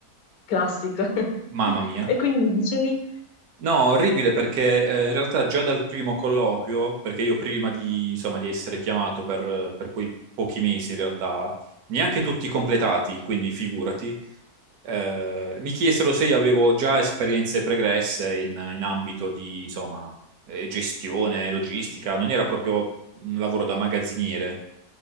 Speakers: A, on the left; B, on the right.
A: Classico. <laughs>
B: mamma mia.
A: E quindi mi dicevi?
B: No, orribile perché eh, in realtà già dal primo colloquio, perché io prima di, insomma, di essere chiamato per, per quei pochi mesi in realtà, neanche tutti completati, quindi figurati, eh, mi chiesero se io avevo già esperienze pregresse in, in ambito di, insomma, eh, gestione, logistica, non era proprio un lavoro da magazziniere,